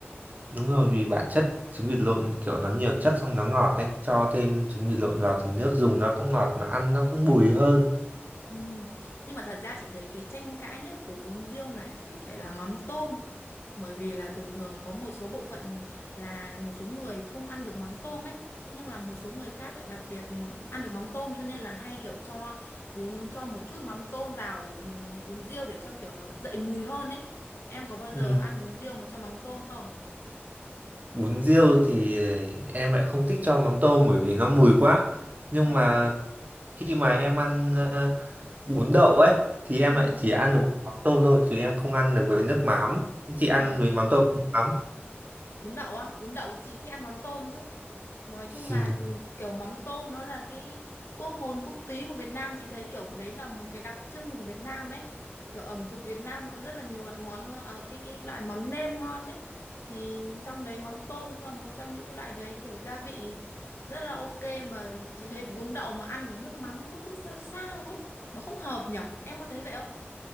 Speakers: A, on the right; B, on the left.
A: Đúng rồi, vì bản chất trứng vịt lộn kiểu nó nhiều chất xong nó ngọt đấy. Cho thêm trứng vịt lộn vào thì nước dùng nó cũng ngọt mà ăn nó cũng bùi hơn.
B: ừ. nhưng mà thật ra chị thấy cái tranh cãi nhất của bún riêu này thì phải là mắm tôm bởi vì là thường thường có một số bộ phận là một số người không ăn được mắm tôm ấy nhưng là một số người khác lại đặc biệt ăn được mắm tôm cho nên là hay kiểu cho bún cho một chút mắm tôm vào ừ, bún riêu để cho kiểu nó dậy mùi hơn ấy em có bao giờ
A: Ừ.
B: ăn bún riêu mà cho mắm tôm không
A: Bún riêu thì em lại không thích cho mắm tôm bởi vì nó mùi quá. Nhưng
B: Ờ,
A: mà khi mà em ăn bún đậu ấy thì em
B: ừ.
A: lại chỉ ăn được với mắm tôm thôi chứ em không ăn được với nước mắm chị
B: à.
A: ăn với mắm tôm nước mắm
B: bún đậu á bún đậu chị thích ăn mắm tôm chứ nói
A: <laughs>
B: chung là
A: Ừ,
B: ừ, kiểu mắm tôm nó là cái quốc hồn quốc túy của Việt Nam chị thấy kiểu đấy là một cái đặc trưng của Việt Nam ấy kiểu ẩm thực Việt Nam có rất là nhiều loại món ngo- ờ, cái cái loại mắm nêm ngon ấy thì trong đấy mắm tôm cũng là một trong những cái loại đấy kiểu gia vị rất là ok mà chị thấy bún đậu mà ăn với nước mắm nó cứ sao sao ấy nó không hợp nhở em có thấy vậy không